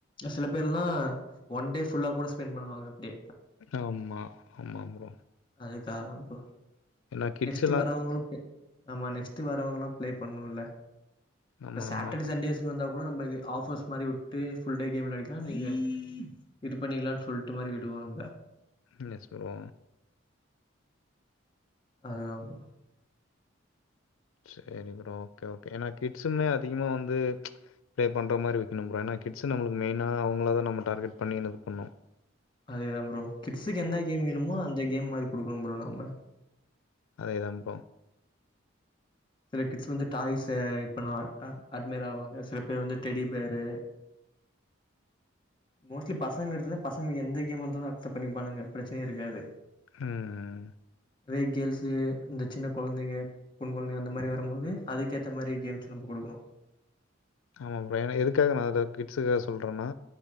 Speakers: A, on the left; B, on the left.
A: சில பேர்லா ஒன் டே ஃபுல்லா கூட ஸ்பெண்ட் பண்ணுவாங்க அப்டே
B: ஆமா ஆமா ப்ரோ
A: அதுக்காதா ப்ரோ
B: என்னா கிட்ஸ்
A: டு வர்றவங்களுக்கு ஆமா நெக்ஸ்ட் ட்டு வர்றவங்கல்லா பிளே பண்ணுல்ல
B: ஆமா,
A: சாட்டர்டே
B: ஆமா.
A: சண்டேஸ்க்கு வந்தா அப்பறோ நம்ப இது ஆஃபர்ஸ் மாரி விட்டு ஃபுல்டே கேம் விளாடிக்கலா நீங்க இது பண்ணிக்கலான்னு சொல்ட்டு மாரி விடுவாங்க.
B: என்னாச்சி ப்ரோ
A: அதுதா ப்ரோ
B: சேரி ப்ரோ ஓகே ஓகே ஏன்னா கிட்ஸ்ன்னு அதிகமா வந்து பே பண்ற மாரி விக்கணு ப்ரோ ஏனா கிட்ஸு நம்மளுக்கு மெய்னா அவுங்களதா நம்ம டார்கெட் பண்ணி என்னது பண்ணோ
A: அதேதா ப்ரோ கிட்ஸுக்கு என்ன கேம் வேணுமோ அந்த கேம் மாரி குடுக்குணு ப்ரோ நம்ம
B: அதேதான் ப்ரோ.
A: சில கிட்ஸு வந்து டாய்ஸே இது பண்ணுவாங்க அட்மய்ர் ஆவாங்க சில பேர் வந்து டெடி பியரு மோஸ்ட்லி பசங்க எடுத்தோனா பசங்ளுக்கு எந்த கேம் இர்ந்தாலு அக்செப்ட் பண்ணிப்பானுங்க பிரச்னையே இருக்காது
B: ம் ம்
A: வெய் கேர்ள்ஸ் இந்த சின்ன கொழந்தைங்க பொண் கொழந்தைங்க அந்த மாரி வரம்போது அதுக்கேத்த மாரி கேம்ஸ் நம்போ குடுக்கணு
B: ஆமா ப்ரோ ஏன்னா எதுக்காக நா அத கிட்ஸுக்கா சொல்றேன்னா